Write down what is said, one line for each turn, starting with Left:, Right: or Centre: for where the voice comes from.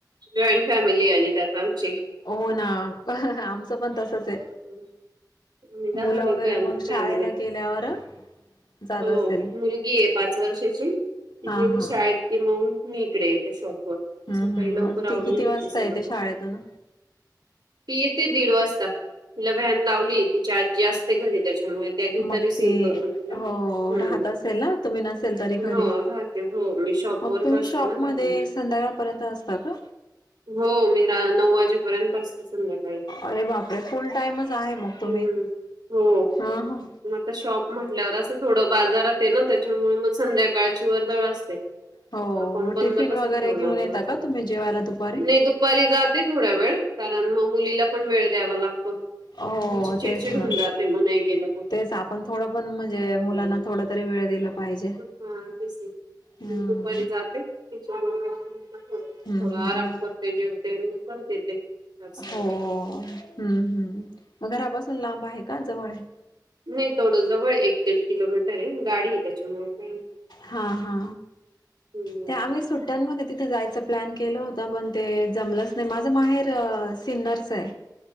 Right: जॉईंट फॅमिली आणि त्यात आमची.
Left: हो ना, आमचं पण तसंच आहे.
Right: आम्ही दहा
Left: मुलं
Right: लोक
Left: वगैरे
Right: आहे आमची
Left: मग
Right: फॅमिलीत.
Left: शाळेला गेल्यावर जात
Right: हो,
Left: असेल
Right: मुलगी आहे पाच वर्षाची ती
Left: हा
Right: गेली
Left: हा
Right: शाळेत
Left: हम्म
Right: की मग मी इकडे येते शॉपवर.
Left: हम्म
Right: सकाळी
Left: हम्,
Right: लवकर
Left: मग
Right: आवरून
Left: ती किती
Right: घेते
Left: वाजता
Right: सगळं.
Left: येते शाळेतून?
Right: ती येते दीड वाजता तिला व्हॅन लावली तिची आजी अस ते घरी त्याच्यामुळे त्या घेता
Left: मग
Right: रिसिव्ह
Left: ते
Right: करून तिला,
Left: हो
Right: हम्म,
Left: राहत असेल ना तुम्ही नसेल तरी घरी
Right: हो ना. हो मी शॉपवरच
Left: मग तुम्ही
Right: असते
Left: शॉपमध्ये
Right: ना कारण
Left: संध्याकाळपर्यंत असता का?
Right: हो मी नऊ वाजेपर्यंत असते संध्याकाळी.
Left: अरे बापरे! फुल टाइमच आहे मग तुम्ही?
Right: हम्म. हो.
Left: हा ह.
Right: मग आता शॉप म्हटल्यावर असं थोडं बाजारात आहे ना त्याच्यामुळे मग संध्याकाळची वर्दळ अस ते
Left: हो
Right: आपण
Left: मग
Right: बंद
Left: टिफिन
Right: कसं
Left: वगैरे
Right: ठेवणार
Left: घेऊन
Right: ना?
Left: येता का तुम्ही जेवायला दुपारी
Right: नाही दुपारी जा ते थोडावेळ कारण मग मुलीला पण वेळ द्यावा लागतो.
Left: हो,
Right: तिची चिडचिड
Left: तेच ना,
Right: होऊन जाते मग नाही गेलं तर.
Left: तेच आपण थोडं पण म्हणजे
Right: हो.
Left: मुलांना थोडा तरी वेळ दिला पाहिजे.
Right: हां तेच ना.
Left: हम्!
Right: मग दुपारी जाते थोडा
Left: हम्म हम्म.
Right: आराम करते जेवते, मग परत येते. चार साडेचारला.
Left: हो, हम्म हम्म! मग घरापासून लांब आहे का जवळ आहे?
Right: नाही थोडं जवळ एक दीड किलोमीटर आहे, गाडी आहे त्याच्यामुळं काही नाही.
Left: हा हा,
Right: हम्म.
Left: ते आम्ही सुट ट्ट्यांमध्ये तिथे जायचं प्लॅन केलं होत पण ते जमलंच नाही माझं माहेर सिन्नरचं आहे.